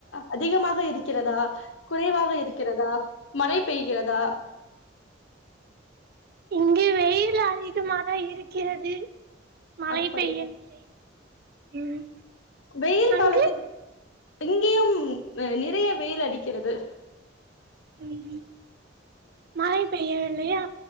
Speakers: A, on the left; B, on the right.
A: அதிகமாக இருக்கிறதா குறைவாக இருக்கிறதா மழை பெய்கிறதா
B: இங்கே வெயில் அதிகமாக இருக்கிறது மழை
A: அப்படியா
B: பெய்யவில்லை ம்
A: வெயில்
B: அங்கு
A: காலத்தில் இங்கேயும் நிறைய வெயில் அடிக்கிறது
B: ம் மழை பெய்யவில்லையா